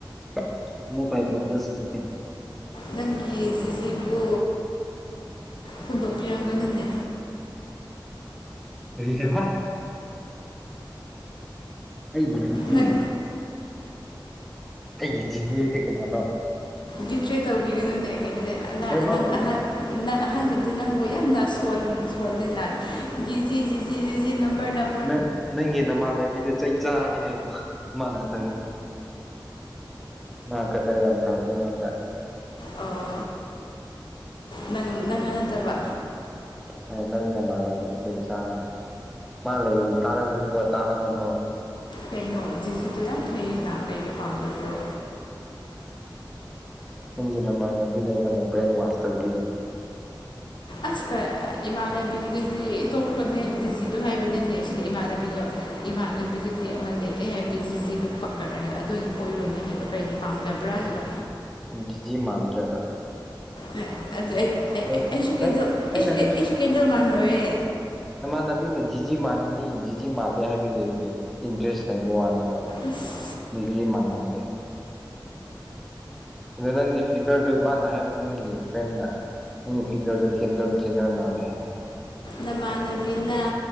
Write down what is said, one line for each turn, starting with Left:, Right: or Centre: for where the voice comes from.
Centre: <unintelligible>
Left: ꯅꯪꯒꯤ ꯖꯤꯖꯤꯕꯨ ꯍꯨꯟꯗꯣꯛꯄꯤꯔꯝꯒꯅꯨꯅꯦ꯫
Centre: ꯀꯔꯤ ꯍꯥꯏꯕ꯫ ꯑꯩꯒꯤ ꯗꯤꯖꯤ
Left: ꯅꯪ
Centre: ꯑꯩꯒꯤ ꯗꯤꯖꯤ ꯍꯥꯏꯗꯤ ꯀꯅꯥꯅꯣ꯫
Left: ꯗꯤꯇ꯭ꯔꯦ ꯇꯧꯕꯤꯒꯅꯨꯅꯦ ꯀꯩꯅꯣꯅꯦ ꯅꯪ
Centre: ꯑꯩ ꯃꯥꯕꯨ
Left: ꯑꯍ ꯅꯪ ꯑꯍꯥꯟꯕꯗꯤ ꯅꯪꯕꯨ ꯌꯥꯝꯅ ꯁꯣꯜ ꯁꯣꯜꯂꯤꯅ ꯗꯤꯖꯤ ꯖꯤꯖꯤ ꯖꯤꯖꯤ ꯅꯝꯕꯔ ꯅꯝ
Centre: ꯅꯪ ꯅꯪꯒꯤ ꯅꯃꯥꯟꯅꯕꯤꯗ ꯆꯩ ꯆꯥꯔꯅꯤ ꯍꯥꯏꯌꯣ ꯃꯥꯅꯍꯥꯛꯇꯪꯅꯤ꯫ ꯃꯥ ꯀꯗꯔ ꯌꯥꯝ ꯇꯥꯎꯋꯦ ꯑꯩꯉꯣꯟꯗ꯫
Left: ꯑꯣ꯫ ꯅꯪ ꯅꯪꯅ ꯅꯠꯇꯕ꯫
Centre: ꯍꯥꯏ ꯅꯪ ꯅꯃꯥꯥꯟꯅꯕꯤꯗꯣ ꯆꯩ ꯆꯥꯅꯤ ꯃꯥ ꯂꯩ ꯇꯥꯔꯝꯃꯅꯤꯀꯣ꯫ <unintelligible>
Left: ꯀꯩꯅꯣ ꯗꯤꯖꯤꯗꯣ ꯌꯥꯝ ꯐꯩꯌꯦꯅꯥ ꯀꯔꯤꯒꯤ ꯄꯥꯝꯗꯕ꯭ꯔꯣ꯫
Centre: ꯅꯪꯒꯤ ꯅꯃꯥꯟꯅꯕꯤꯅ ꯑꯩꯉꯣꯟꯗ ꯕ꯭ꯔꯦꯟ ꯋꯥꯁ ꯇꯧꯕꯤꯅꯤ꯫
Left: ꯑꯁ ꯀ ꯏꯃꯥꯟꯅꯕꯤꯒꯤꯗꯨꯗꯤ ꯇꯣꯛꯈ꯭ꯔꯣꯅꯦ ꯗꯤꯖꯤꯗꯣ ꯍꯥꯏꯕꯗꯤꯅꯦ ꯁꯤꯗ ꯏꯃꯥꯟꯅꯕꯤꯗꯣ꯫ ꯏꯃꯥꯟꯅꯕꯤꯗꯨꯗꯤ ꯑꯃꯅꯤꯅꯦ ꯑꯦ ꯕꯤ ꯖꯤꯖꯤꯗꯨ ꯄꯛꯈꯠꯔꯒꯦ ꯑꯗꯨ ꯀꯣꯏꯔꯣꯏꯅꯦ ꯍꯥꯏꯕ꯫ ꯀꯔꯤꯒꯤ ꯄꯥꯝꯗꯕ꯭ꯔꯥ ꯍꯥꯏꯕ꯫
Centre: ꯗꯤꯖꯤ ꯃꯥꯟꯗ꯭ꯔꯒ꯫
Left: ꯑꯥ ꯑꯗꯨ ꯑꯩ ꯑꯩ
Centre: ꯍꯣꯏ
Left: ꯑꯩ ꯑꯩꯁꯨ
Centre: ꯅꯪ
Left: ꯀꯦꯗꯧ ꯑꯩꯁꯨ
Centre: ꯑꯩꯅ
Left: ꯀꯦ ꯑꯩꯁꯨ ꯀꯩꯗꯧ ꯃꯥꯟꯕ꯭ꯔꯣꯌꯦ
Centre: ꯏꯃꯥꯟꯅꯕꯤꯅ ꯗꯤꯖꯤ ꯃꯥꯡꯉꯤꯅꯤ ꯗꯤꯖꯤ ꯃꯥꯜꯂꯦ ꯍꯥꯏꯕꯒꯤ ꯑꯩꯁꯦ ꯏꯟꯇꯔꯦꯁ ꯂꯩꯕ ꯋꯥꯅꯤ ꯑꯗꯣ
Left: ꯑꯁ
Centre: ꯗꯤꯖꯤ ꯃꯥꯟꯂꯝꯗꯦ꯫ ꯑꯗꯨꯗ ꯅꯪꯗꯤ ꯐꯤꯒꯔꯗꯨ ꯃꯥꯅ ꯍꯥꯏꯕ ꯅꯪꯒꯤ ꯐ꯭ꯔꯦꯟꯅ ꯅꯪ ꯐꯤꯒꯔꯗꯨ ꯀꯦꯟꯗꯜ ꯀꯤꯅꯔ ꯃꯥꯜꯂꯦ ꯍꯥꯏꯅ ꯍꯥꯏꯕ꯫
Left: ꯅꯃꯥꯟꯅꯕꯤꯅ